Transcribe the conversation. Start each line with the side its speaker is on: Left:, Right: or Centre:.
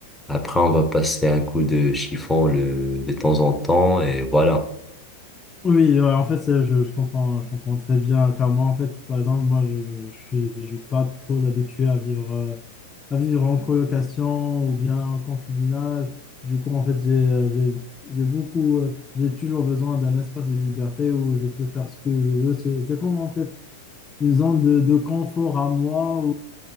Centre: Après, on va passer un coup de chiffon le, de temps en temps et voilà.
Left: Oui, ouais, en fait, c'est- je, je comprends, je comprends très bien. Car moi, en fait, par exemple, moi, je, je suis, je suis pas trop habitué à vivre, euh, à vivre en colocation ou bien en concubinage. Du coup, en fait, j'ai, euh, j'ai, j'ai beaucoup, euh, j'ai toujours besoin d'un espace de liberté où je peux faire ce que je veux. C'est c'est comme, en fait, une zone de, de confort à moi